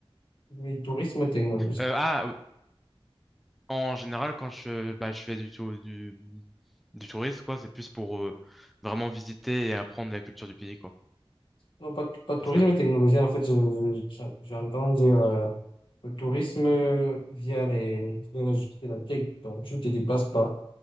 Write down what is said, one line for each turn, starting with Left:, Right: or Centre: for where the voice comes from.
Left: oui, tourisme technologique.
Centre: Euh, ah, oui. en général, quand je, bah, je fais du, tou- du, du tourisme, quoi, c'est plus pour euh, vraiment visiter et apprendre la culture du pays, quoi,
Left: Non, pas, pas tourisme
Centre: personnellement.
Left: technologique, en fait, je- je- j'entends dire euh, Le tourisme euh, via les, via les outils de la tech, donc tu ne te déplaces pas.